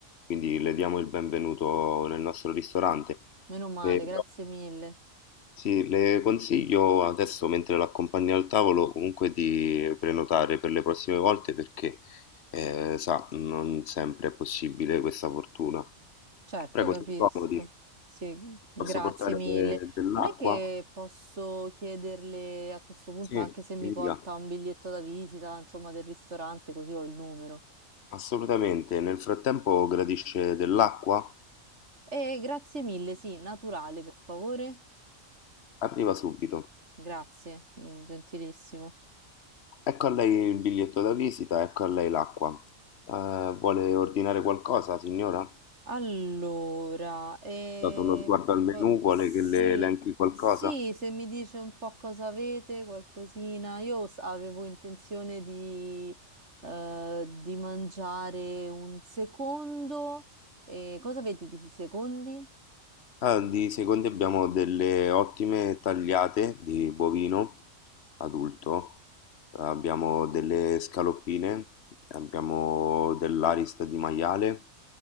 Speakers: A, on the left; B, on the right.
A: quindi le diamo il benvenuto nel nostro ristorante.
B: Meno male,
A: Eh,
B: grazie mille.
A: sì, le consiglio adesso, mentre l'accompagna al tavolo, comunque di prenotare per le prossime volte perché, eh, sa, non sempre è possibile questa fortuna.
B: Certo,
A: Prego,
B: capisco.
A: si accomodi,
B: Sì, grazie
A: posso portare
B: mille.
A: eh, dell'acqua?
B: Non è che posso chiederle a questo punto
A: Sì,
B: anche se mi
A: mi
B: porta
A: dica,
B: un biglietto da visita, insomma, del ristorante, così ho il numero.
A: assolutamente. Nel frattempo gradisce dell'acqua?
B: E grazie mille, sì, naturale, per favore.
A: Arriva subito.
B: Grazie, mm, gentilissimo.
A: Ecco a lei il biglietto da visita, ecco a lei l'acqua. Eh, vuole ordinare qualcosa, signora?
B: Allora, eh,
A: Dato uno sguardo al menù,
B: po-
A: vuole
B: sì,
A: che le elenchi qualcosa?
B: sì, se mi dice un po' cosa avete, qualcosina, io s- avevo intenzione di, eh, di mangiare un secondo, eh, cosa avete di secondi?
A: Ah, di secondi abbiamo delle ottime tagliate di bovino adulto, abbiamo delle scaloppine, abbiamo dell'arista di maiale,